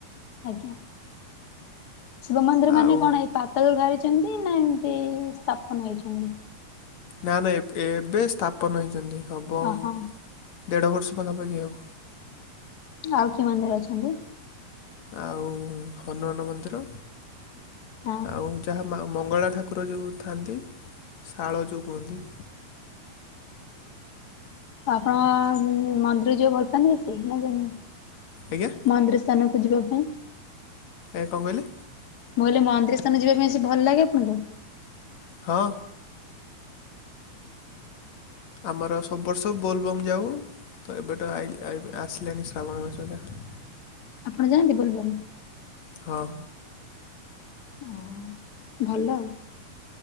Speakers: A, on the left; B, on the left.
A: ଆଜ୍ଞା ଶିବ ମନ୍ଦିର ମାନେ
B: ଆଉ
A: କଣ ହେଇପ ରୁ ବାହାରିଛନ୍ତି ନା ଏମତି ସ୍ଥାପନ ହେଇଛନ୍ତି?
B: ନା ନା ଏବେ ସ୍ଥାପନ ହେଇଛନ୍ତି ହବ
A: ଓହୋ
B: ଦେଢ଼ ବର୍ଷ ପାଖାପାଖି ହବ।
A: ଆଉ କିଏ ମନ୍ଦିର ଅଛନ୍ତି?
B: ଆଉ ହନୁମାନ ମନ୍ଦିର
A: ହଁ
B: ଆଉ ଯାହା ମା ମଙ୍ଗଳା ଠାକୁର ଯେଉଁ ଥାଆନ୍ତି, ଶାଳ ଯେଉଁ କୁହନ୍ତି।
A: ଆପଣ ମନ୍ଦିର ଯିବ ଭଲ ପାନ୍ତି ସ ନା ଜମ
B: ଆଜ୍ଞା।
A: ମନ୍ଦିର ସ୍ଥାନକୁ ଯିବା ପାଇଁ
B: ଏ କଣ କହିଲେ?
A: ମୁଁହିଲଲେ ମନ୍ଦିର ସ୍ଥାନ ଯିବା ପାଇଁ ଆସି ଭଲ ଲାଗେ ଆପଣଙ୍କୁ?
B: ହଁ। ଆମର ସବୁ ବର୍ଷ ବୋଲବମ୍ ଯାଉ। ତ ଏବେଠ ଆସିଲାଣି ଶ୍ରାବଣ ମାସ ହରିକା।
A: ଆପଣ ଯାଆନ୍ତି ବୋଲବମ୍?
B: ହଁ।
A: ହଁ ଭଲ